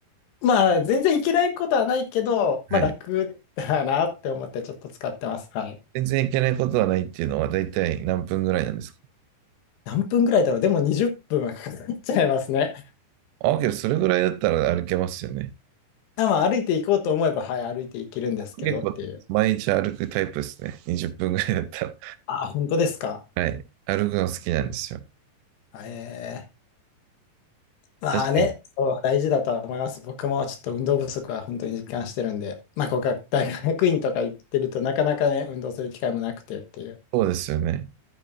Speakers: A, on the left; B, on the right.
A: まあ、全然いけないことはないけど、
B: はい。
A: まあ楽だなって思ってちょっと使ってます。はい。
B: 全然行けないことはないっていうのは大体何分ぐらいなんですか
A: 何分ぐらいだろうでも20分はかかっちゃいますね。
B: あ、けどそれぐらいだったら歩けますよね。
A: <laughs> あ、まあ歩いていこうと思えば、はい、歩いていけるんですけどっていう。
B: 僕結構毎日歩くタイプですね。20分ぐらいだったら。
A: あ、本当ですか。
B: はい。歩くの好きなんですよ。
A: ええまあね、
B: 確かに。
A: そう、大事だとは思います。僕もちょっと運動不足は本当に実感してるんで、まあ、こうか、大学院とか行ってるとなかなかね、運動する機会もなくてっていう。
B: そうですよね。